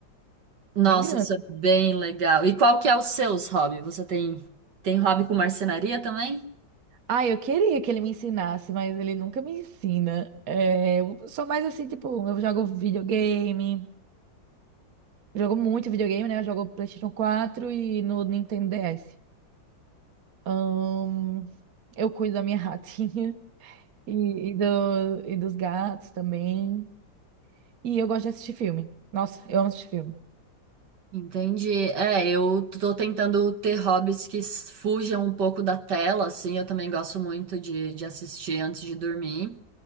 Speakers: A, on the right; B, on the right.
A: Nossa,
B: bem grandes.
A: isso é bem legal. E qual que é o seu hobby? Você tem tem hobby com marcenaria também?
B: Ah, eu queria que ele me ensinasse, mas ele nunca me ensina. É, eu sou mais assim, tipo, eu jogo videogame, jogo muito videogame, né? Eu jogo PlayStation quatro e no Nintendo DS. Ahn, eu cuido da minha <laughs> ratinha e, e do- e dos gatos também. E eu gosto de assistir filme. Nossa, eu amo assistir filme.
A: Entendi. É, eu tô tentando ter hobbies que s- fujam um pouco da tela, assim. Eu também gosto muito de, de assistir antes de dormir.